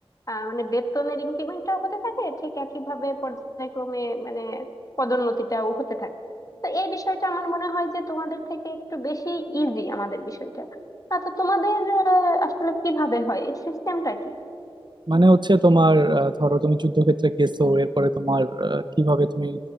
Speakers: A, on the left; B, on the right.
A: আহ, মানে বেতনের ইনক্রিমেন্টটাও হতে থাকে ঠিক একইভাবে পর্যায়ক্রমে মানে পদোন্নতিটাও হতে থাকে তো এই বিষয়টা আমার মনে হয় যে তোমাদের থেকে একটু বেশি ইজি আমাদের বিষয়টা আচ্ছা তোমাদের আহ, আসলে কিভাবে হয় এর সিস্টেমটা কি
B: মানে হচ্ছে তোমার আহ, ধরো তুমি যুদ্ধক্ষেত্রে গেছো এরপরে তোমার আহ, কিভাবে তুমি